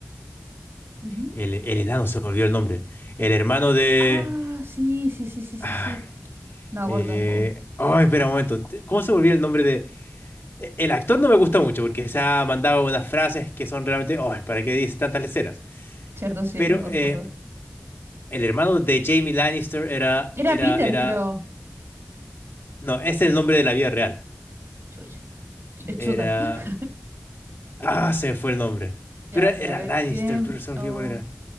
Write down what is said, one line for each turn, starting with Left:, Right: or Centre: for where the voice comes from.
Right: Ujú.
Left: el, el enano, se me olvidó el nombre. El hermano de...
Right: Ah, sí, sí, sí, sí, sí,
Left: ah,
Right: sí. No me
Left: eh,
Right: acuerdo tampoco.
Left: ay, espera un momento. te- ¿Cómo se me olvidó el nombre de... E- El actor no me gusta mucho porque se ha mandado unas frases que son realmente, oh, ¿para qué dices tantas leceras?
Right: Cierto, sí,
Left: Pero
Right: por todos,
Left: eh,
Right: por todos.
Left: el hermano de Jamie Lannister era,
Right: Era
Left: era,
Right: Peter,
Left: era,
Right: creo.
Left: no, es el nombre de la vida real.
Right: Chucha. Ch-
Left: Era,
Right: chuta. <laughs>
Left: ah, se me fue el nombre.
Right: Ya,
Left: Pero era
Right: pero a ver.
Left: Lannister,
Right: Game
Left: pero se me
Right: of
Left: olvidó cuál era.